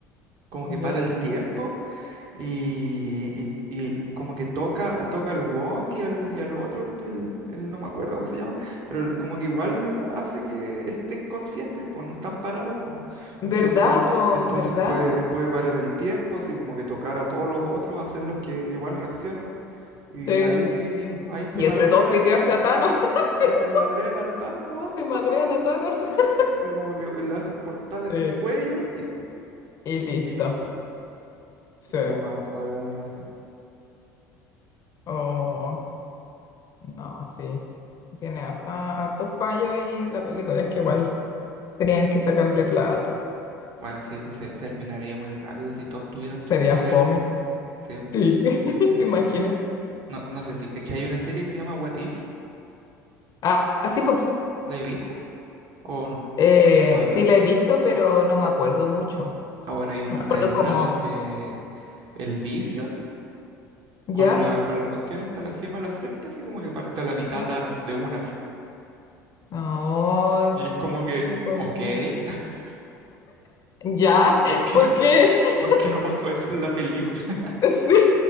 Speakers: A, on the right; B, on the left.
A: como
B: Ya.
A: que para el tiempo y, y, y como que toca, toca al Wong y al, y al otro, este, el, el- no me acuerdo cómo se llama, pero el- como que igual hace que estén conscientes, pues no están parados, pues.
B: ¿Verdad,
A: Entonces,
B: po?
A: entonces
B: ¿Verdad?
A: puede, puede parar el tiempo, así como que tocar a todos los otros, hacerlos que igual reaccionen. Y
B: Sí.
A: ahí, ahí se
B: Y
A: madrean
B: entre todos
A: al
B: pitearse
A: ta,
B: a Thanos, <laughs>
A: <laughs> ahí se madrean al Thanos, ¿no?
B: se madrean a
A: <laughs>
B: Thanos. <laughs>
A: Así como que le hace un portal en
B: Sí.
A: el cuello y,
B: Y listo.
A: y listo.
B: Sí.
A: Y lo mata de una, así.
B: Oh, no, sí. Tiene harta, harto fallo ahí la película. Es que igual tenían que sacarle plata.
A: Bueno, sí, pues se terminaría muy rápido si todos tuvieran sus
B: Sería
A: poderes,
B: fome.
A: pues. Sí, pues.
B: Sí, <laughs>
A: Se terminaría.
B: imagínate.
A: No, no sé si, ¿cachai? Hay una serie que se llama What If.
B: Ah, ah, sí, pues sí.
A: ¿La he visto? ¿O no?
B: Eh,
A: Todavía
B: sí
A: no.
B: la he visto, pero no me acuerdo mucho.
A: Ah, bueno, hay una,
B: Me acuerdo
A: hay una
B: como,
A: donde el Vision
B: ¿ya?
A: con la, con la cuestión está la gema en la frente, así como que parte a la mitad
B: ¿Ya?
A: Thanos de una, así.
B: No,
A: Y es como que,
B: sí, pues
A: ok,
B: ¿viste?
A: <laughs>
B: ¿Ya? <laughs>
A: ¿por qué
B: ¿Por
A: no, por,
B: qué? <laughs>
A: por qué no pasó eso en la película?
B: Sí,